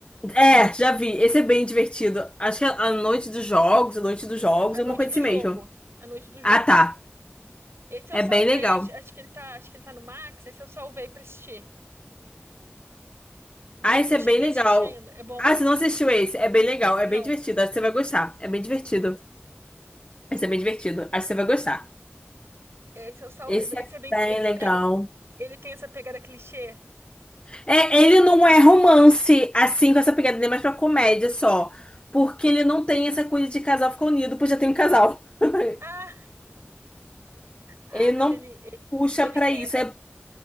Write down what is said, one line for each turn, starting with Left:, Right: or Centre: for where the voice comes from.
Left: É, já vi. Esse é bem divertido. Acho que é a Noite dos Jogos, a Noite dos Jogos,
Right: A
Left: é
Right: noite
Left: uma coisa
Right: do
Left: assim mesmo.
Right: jogo. A noite do jogo.
Left: Ah, tá.
Right: Esse
Left: É
Right: eu salvei,
Left: bem legal.
Right: acho, acho que ele tá, acho que ele tá no Max, esse eu salvei pra assistir. Mas
Left: Ah, esse
Right: não
Left: é
Right: cheguei
Left: bem legal.
Right: a assistir ainda. É bom.
Left: Ah, você não assistiu esse? É bem legal, é
Right: Não.
Left: bem divertido. Acho que você vai gostar. É bem divertido. Esse é bem divertido. Acho que você vai gostar.
Right: Esse eu salvei.
Left: Esse é
Right: Esse é bem,
Left: bem
Right: esse
Left: legal.
Right: pega, ele tem essa pegada clichê.
Left: É, ele não é romance, assim, com essa pegada, nem mais pra comédia só. Porque ele não tem essa coisa de casal ficar unido, pois já tem um casal. <laughs>
Right: Ah, ah,
Left: Ele
Right: mas
Left: não
Right: ele ele,
Left: puxa
Right: ele
Left: pra
Right: tem
Left: isso.
Right: essa,
Left: É-